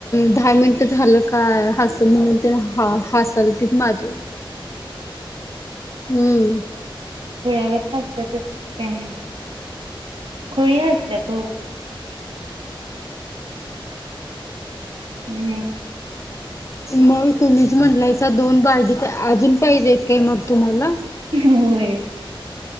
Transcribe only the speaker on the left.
दहा मिनिट झालं काय हस म्हणून हस चलती माझव हम्म
मग तुम्हीच म्हटलाय दोन बारडी तर अजून पाहिजेेत काही मग तुम्हाला?